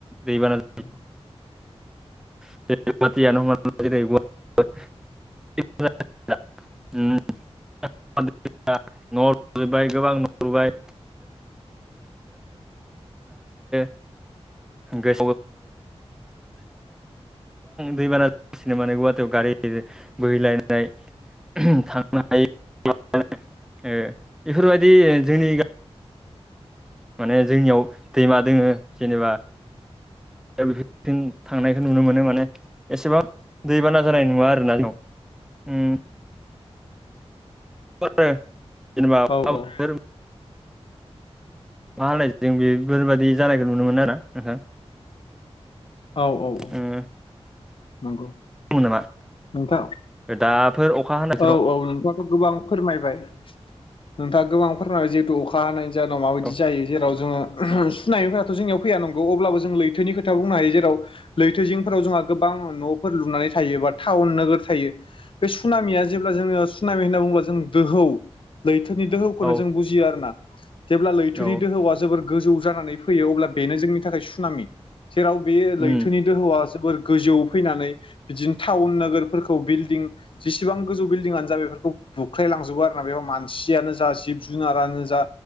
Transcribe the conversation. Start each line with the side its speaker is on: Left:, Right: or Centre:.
Centre: दैबाना ज
Left: <unintelligible>
Centre: <unintelligible> <unintelligible> <unintelligible> न'आव लुजोबबाय गोबां न' लुबायै <unintelligible> <unintelligible> आ गोबां दैबाना जासिनो माने गुवाहाटियाव गारि बोहैलायनाय <unintelligible> थांनो हायि बेफोरबायदि जोंनि माने जोंनियाव दैमा दोंङो जेनेबा बेफोरदि थांनायखौ नुनो मोनो माने एसेबां दैबाना जानाय नुवा आरोना जों उम <unintelligible> जेनेबा अखा
Left: औ
Centre: बोथोर
Left: औ
Centre: मा होनालाय जों बेफोरबायदि जानायखौ नुनो मोनो आरो नोंथां
Left: औ औ औ
Centre: उम
Left: नंगौ
Centre: <unintelligible>
Left: नोंथां
Centre: दाब फोर अखा हानाय बोथोराव
Left: औ औ नोंथांङाथ' गोबां फोरमायबाय नोंथांङा गोबां फोरमायबाय जिहेतु अखा हानायनि जोंनाव मााबायदि
Centre: औ
Left: जायो जेराव जोङो सुनायफोरा्राथ' जोंनियाव फै नांगौ अब्लाबो जों लैथोनि खोथा बुंनो हायो जेराव लैथोजिंफोराव जोंहा गोबां न'फोर लुनानै थायो बा टाउन नोगोर थायो सामिया जेब्ला जोंङो सुनामि होनना बुंङोबला जों दोहौ लैथोनि दोहौखौ
Centre: औ
Left: आरो ना जेब्ला लैथोनि
Centre: औ
Left: दोहौआ जोबोर गोजौ जानानै फैयो अब्ला बेनो जोंनि थाखाय सुनामि जेराव बे
Centre: उम
Left: लैथोनि दोहौआ जोबोर गोजौ फैनानै बिदिनो टाउन नोगोरफोरखौ बिल्डिं जेसेबां गोजौ बिल्डिंआनो जा बेफोरखौ बुख्रायलांजोबो आरो ना बेहाय मानसियानो जा जिब जुनारानो जा